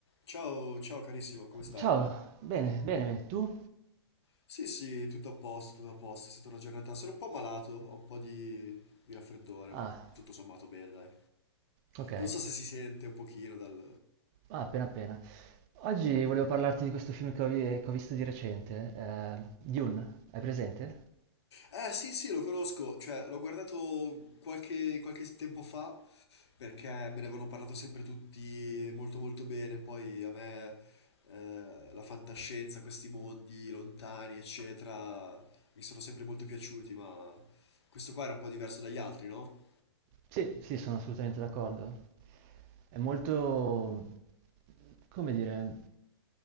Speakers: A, on the left; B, on the right.
A: Ciao, ciao carissimo, come stai?
B: Ciao, bene, bene, bene. tu?
A: Sì, sì, tutto a posto, tutto a posto, è stata una giornata, sono un po' malato, ho un po' di, di raffreddore,
B: Ah,
A: ma tutto sommato bene, dai.
B: ok.
A: Non so se si sente un pochino dal...
B: Ah, appena appena. Oggi volevo parlarti di questo film che ho, vi- che ho visto di recente, eh, Dune, hai presente?
A: Eh, sì, sì, lo conosco, cioè, l'ho guardato qualche, qualche tempo fa, perché me ne avevano parlato sempre tutti molto molto bene, poi a me eh, la fantascienza, questi mondi lontani, eccetera, mi sono sempre molto piaciuti, ma questo qua era un po' diverso dagli altri, no?
B: Sì, sì, sono assolutamente d'accordo. È molto... come dire...